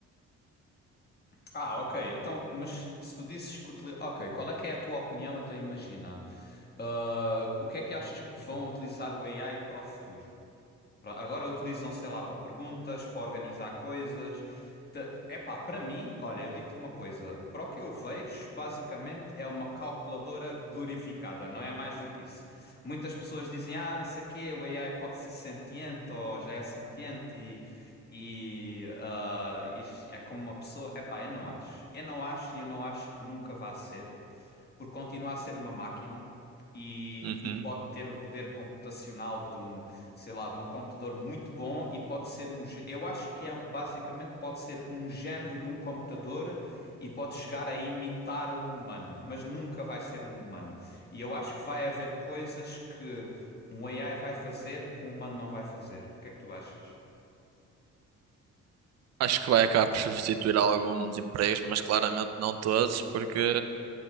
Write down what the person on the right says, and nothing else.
uhum.
Acho que vai acabar por substituir alguns empregos, mas claramente não todos, porque